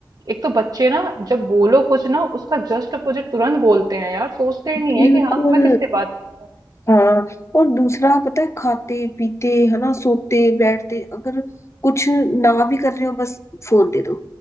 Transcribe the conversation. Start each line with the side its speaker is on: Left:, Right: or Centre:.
Right: एक तो बच्चे ना जब बोलो कुछ ना उसका जस्ट अपोजिट तुरंत बोलते हैं यार सोचते ही नहीं
Left: बिल्कुल
Right: है कि हाँ मैं किससे बात करता हूँ
Left: हाँ और दूसरा पता है खाते पीते है ना सोते बैठते अगर कुछ ना भी कर रहे हो बस फोन दे दो